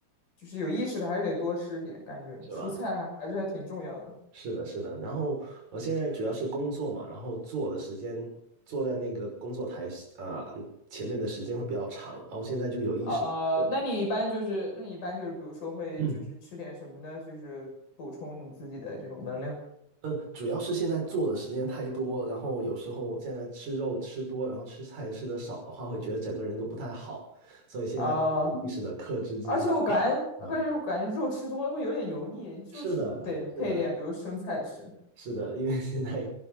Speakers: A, on the left; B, on the right.
A: 就是有意识的还是得多吃点，感觉蔬菜还还是还挺重要的。
B: 是吧？是的，是的。然后我现在主要是工作嘛，然后坐的时间坐在那个工作台呃前面的时间会比较长，然后现在就有意识的，
A: 啊，
B: 课。
A: 那你一般就是那你一般就是比如说会就是吃点什么呢？
B: <clears throat>
A: 就是补充你自己的这种能量
B: 嗯，呃主要是现在做的时间太多，然后有时候现在吃肉吃多，然后吃菜吃的少的话，会觉得整个人都不太好，所以现在会有意识的克制自己。
A: 啊。而且我感觉，而且我感觉肉吃多了会有点油腻，
B: 哎，
A: 就是得配点，
B: 是的，是的，
A: 比如生菜吃
B: 是的，因为现在